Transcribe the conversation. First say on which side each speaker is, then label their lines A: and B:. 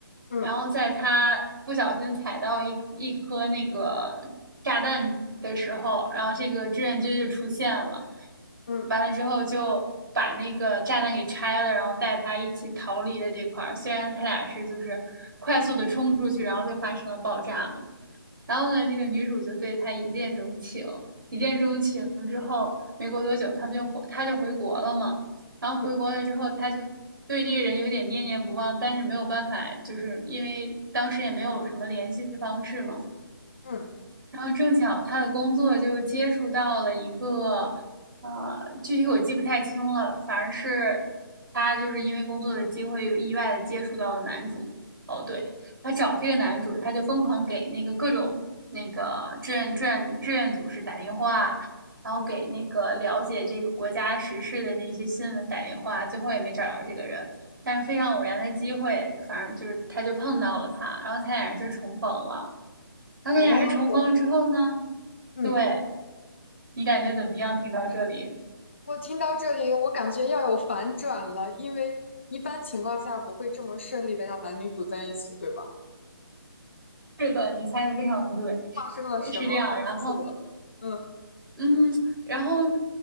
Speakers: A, on the left; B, on the right.
A: 嗯
B: 然后在他不小心踩到一一颗那个炸弹的时候，然后这个志愿军就出现了，
A: 嗯
B: 完了之后就把那个炸弹给拆了，然后带他一起逃离了这块儿。虽然他俩是就是快速的冲出去，然后就发生了爆炸嘛。然后呢，这个女主就对他一见钟情，一见钟情之后，没过多久，他们就回，他就回国了嘛。然后回国了之后，
A: 嗯
B: 他就对这个人有点念念不忘，但是没有办法，就是因为当时也没有什么联系方式嘛，
A: 嗯
B: 然后正巧他的工作就接触到了一个，呃，具体我记不太清了，反而是他就是因为工作的机会有意外的接触到了男主。哦，对，他找这个男主，他就疯狂给那个各种那个志愿志愿志愿组织打电话，然后给那个了解这个国家时事的那些新闻打电话，
A: 嗯，
B: 最后也没找着这个人。但是非常偶然的机会，反正就是他就碰到了他，然后他俩人就重逢了。然后那俩人重逢了之后呢，
A: 哦，嗯，
B: 对，你感觉怎么样？听到这里，
A: 我听到这里，我感觉要有反转了，因为一般情况下不会这么顺利的让男女主在一起，对吧？
B: 是的，你猜的非常对，
A: 发生了什么？
B: 是这样。
A: 快告诉我。
B: 然后，
A: 嗯
B: 嗯，然后